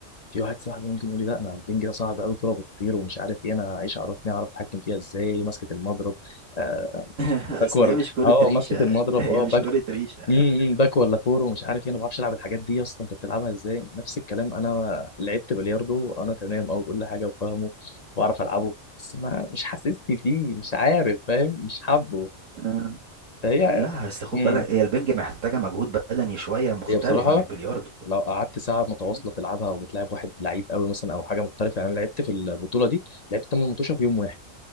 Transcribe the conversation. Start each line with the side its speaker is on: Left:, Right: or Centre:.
Left: في واحد صاحبي ممكن يقول لي لا انا البنج ده صعب قوي كوره بتطير ومش عارف ايه انا ايش عرفني اعرف اتحكم فيها ازاي ماسكه المضرب آه
Right: <laughs>
Left: باكور
Right: اصل هي مش كرة
Left: اه
Right: ريشة
Left: ماسكه المضرب
Right: <laughs> هي
Left: اه
Right: مش كرة ريشة
Left: امم باك ولا فور ومش عارف ايه انا ما بعرفش العب الحاجات دي اصلا انت بتلعبها ازاي نفس الكلام انا لعبت بلياردو انا تمام او كل حاجه وفاهمه واعرف العبه بس ما مش حاسسني فيه مش عارف فاهم مش حابه
Right: آه،
Left: فهي
Right: لا اصل خد
Left: امم
Right: بالك هي البنج محتاجة مجهود بدني شوية مختلف
Left: هي بصراحه
Right: عن البلياردو
Left: لو قعدت ساعه متواصله
Right: مم.
Left: تلعبها او بتلعب واحد لعيب قوي مثلا او حاجه مختلفه يعني انا لعبت في البطوله دي لعبت 8 مطوشه في يوم واحد